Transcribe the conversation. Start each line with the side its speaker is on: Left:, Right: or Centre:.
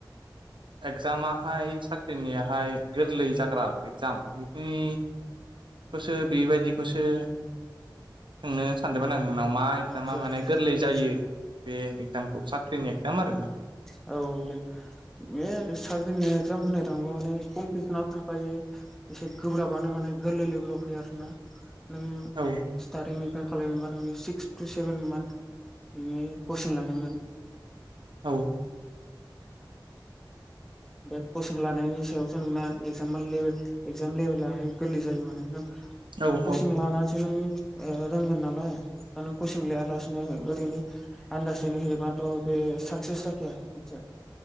Right: एगजामाहाय साख्रिनियाहाय गोरलै जाग्रा एगजाम <unintelligible> उम <inaudible> बोसोर बेबायदिखौसो <inaudible> सोंनो सानदोंमोन आङो। आंनाव मा इजामा
Centre: आदसा
Right: माने गोरलै
Centre: औ
Right: जायो बे एजामखौ साख्रिनि एक्जाम आरोना। <inaudible>
Centre: औ दे बे साख्रिनि एक्जाम होनो थाङोबा माने कम्पिटिसनाव थाखायो एसे गोब्राबानो माने गोरलै लेभेलाव फैयो आरोना। नों
Right: औ
Centre: सिर्थटिंनिफ्राय ए खालामबा नोङो सिक्स फ थटु सेभेन मान्थ नों नोङो कचिं लानांगोन।
Right: औ।
Centre: बे कचिं लानायनि सायावसो नोंना एक्जाम लेबेल एक्जाम लेबेलाहाय गोरलै जायो माने। नों
Right: औ
Centre: कचिं
Right: औ
Centre: लानानै नोंथि ओ रोंगोन नालाय। कसिं लायालासिनो ओ नो आन्दासैनो होयोबाथ' बे साक्सेस जाखाया मानसिया।